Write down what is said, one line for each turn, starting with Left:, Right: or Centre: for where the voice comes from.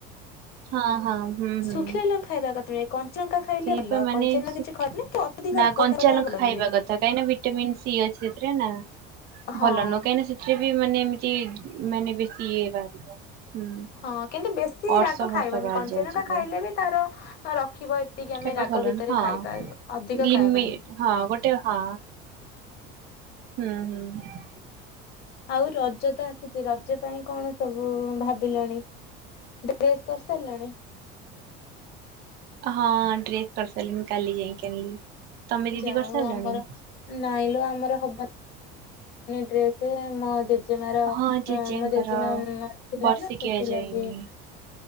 Right: ହଁ ହଁ ହୁଁ
Left: ଶୁଖିଲା
Right: ହୁଁ।
Left: ଲଙ୍କା ଖାଇବା କଥା ନୁହେ କଞ୍ଚା ଲଙ୍କା ଖାଇଲେ
Right: ସେଇ
Left: ଭଲ
Right: ପା ମାନେ
Left: କଞ୍ଚା ଲଙ୍କା
Right: ଶୁ
Left: କିଛି ଖାଉନି ତ ଅତିରିକ୍ତ
Right: ନା କଞ୍ଚା
Left: ଖବାଟା
Right: ଲଙ୍କା
Left: ଭଲ
Right: ଖାଇବା
Left: ନୁହେଁ।
Right: କଥା କାହିଁକିନା ଭିଟାମନ୍ ସି ଅଛି ସେଥିରେନା
Left: ହଁ
Right: ଭଲୁ ନୁହଁ କାହିଁି ସେ ଥିରେବି ମାନେ ଏମିତି ମାନେ ବେଶୀ ଇଏ ବାହାରିବ। ହୁଁ
Left: ହଁ କିନ୍ତୁ ବେଶୀ
Right: ଅର୍ଷ
Left: ରାଗ ଖାଇବନି
Right: ଫର୍ଷ ବାହାରି
Left: କଞ୍ଚାନଙ୍କା
Right: ଯାଉଛି ଏବେ
Left: ଖାଇଲେବି ତାର ରଖିବ ସେତିକି ଆମେ
Right: କେବେ
Left: ରାଗ
Right: ଭଲ
Left: ଭିତରେ
Right: ନୁହଁ। ହଁ
Left: ଖାଇବା ଅଧିକ
Right: ଲିମି
Left: ଖାଇବାନି।
Right: ହଁ ଗୋଟେ ହଁ ହୁଁ ହୁଁ।
Left: ଆଉ ରଜତ ଆସୁଚି ରଜ ପାଇଁ କଣ ସବୁ ଭାବିଲଣି? ଡ୍ରେସ୍ କରିସାରିଲଣି?
Right: ହଁ ଡ୍ରେସ୍ କରିସାରିଲିଣି କାଲି ଯାଇକି ଆଣିଲି। ତମେ ଦିଦି
Left: ଯା
Right: କରିସାରିଲଣି?
Left: ହଉ ଆମର ନାଇଁଲୋ ଆମର ହବ ଡ୍ରେସ୍ ମୋ ଜେ ଜେଜେମାର
Right: ହଁ ଜେଜେଙ୍କର
Left: ମୋ ଜେଜେମା ମରିଥିଲାନା
Right: ବର୍ଷିକିଆ
Left: ସେଥିଲାଗି
Right: ଯାଇନି।